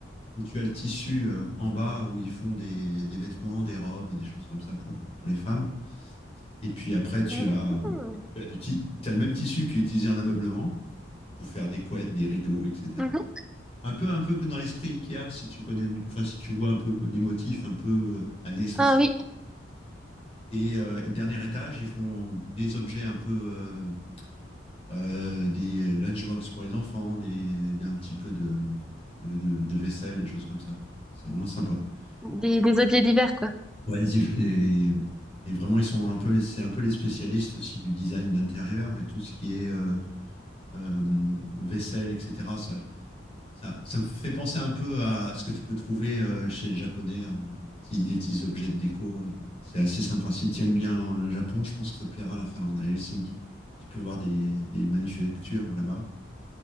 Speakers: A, on the left; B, in the centre.
A: où tu as le tissu euh, en bas où ils font des, des vêtements, des robes, des choses comme ça pour, pour les femmes. Et puis après, tu
B: Mhm,
A: as,
B: mhm.
A: tu as, du ti- tu le même tissu qui est utilisé en ameublement pour faire des couettes, des rideaux, etc.
B: Mhm.
A: Un peu, un peu que dans l'esprit Ikea, si tu connais, enfin, si tu vois un peu les motifs, un peu euh, années 60.
B: Ah oui,
A: Et, euh, et dernier étage, ils font des objets un peu, euh, euh, des lunchbox pour les enfants, des, un petit peu de, de, de- de vaisselle, des choses comme ça. C'est vraiment sympa.
B: des,
A: Et-
B: des objets divers quoi.
A: Ouais, et, et- et vraiment, ils sont un peu, c'est un peu les spécialistes aussi du design d'intérieur et tout ce qui est euh, euh, vaisselle, etc. Ça, Ça, ça me fait penser un peu à ce que tu peux trouver euh, chez les Japonais, en, les petits, les petits objets de déco. et C'est assez sympa. Si tu aimes bien le Japon, je pense que ça te plaira la Finlande, à Helsinki. Tu peux voir des, des manufactures là-bas.